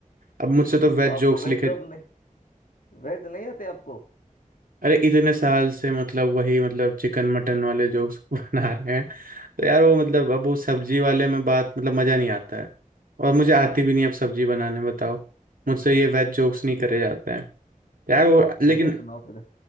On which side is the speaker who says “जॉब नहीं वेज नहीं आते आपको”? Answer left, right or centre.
Left